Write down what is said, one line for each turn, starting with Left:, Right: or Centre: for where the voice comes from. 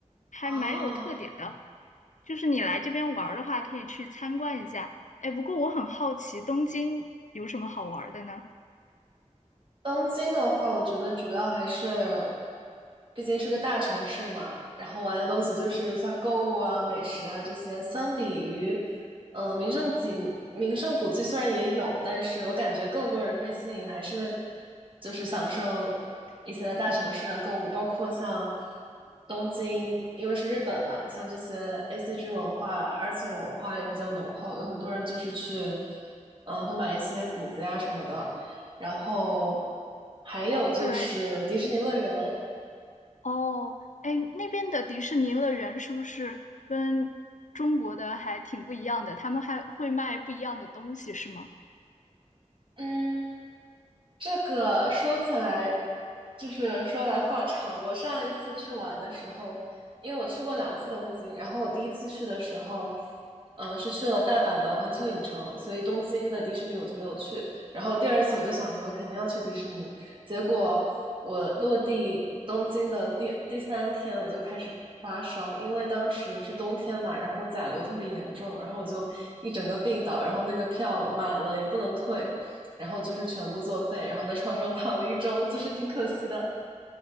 Left: 还蛮有特点的。
Right: 哦，
Left: 就是你来这边玩儿的话，可以去参观一下。哎，不过我很好奇，东京有什么好玩儿的呢？
Right: 东京的话，我觉得主要还是，毕竟是个大城市嘛，然后玩的东西就是像购物啊、美食啊这些，相比于，呃，名胜景、名胜古迹虽然也有，但是我感觉更多人被吸引还是就是享受一些大城市的购物，包括像东京，因为是日本嘛，像这些 ACG 文化、二次元文化也比较浓厚，有很多人就是去，呃，会买一些谷子呀什么的。然后还有就是迪士尼乐园，
Left: 对，哦，哎，那边的迪士尼乐园是不是跟中国的还挺不一样的？他们还会卖不一样的东西，是吗？
Right: 嗯，这个说起来，就是说来话长。我上一次去玩的时候，因为我去过两次东京，然后我第一次去的时候，嗯、是去了大阪的环球影城，所以东京的迪士尼我就没有去。然后第二次我就想着我肯定要去迪士尼，结果我落地东京的第第三天我就开始发烧，因为当时是冬天嘛，然后甲流特别严重，然后我就一整个病倒，然后那个票买了也不能退。然后就是全部作废，然后在床上躺了一周，就是挺可惜的。